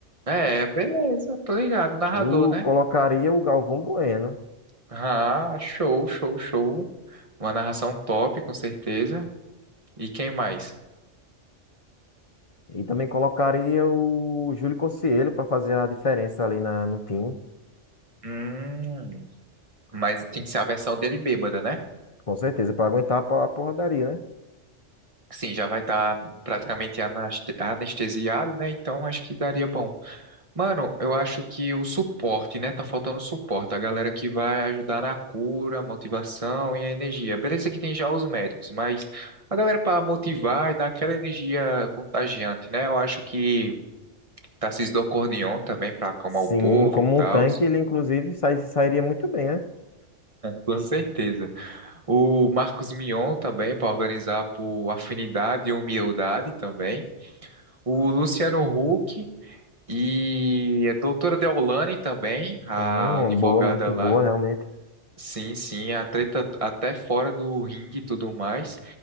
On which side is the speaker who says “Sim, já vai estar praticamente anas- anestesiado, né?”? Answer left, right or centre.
Right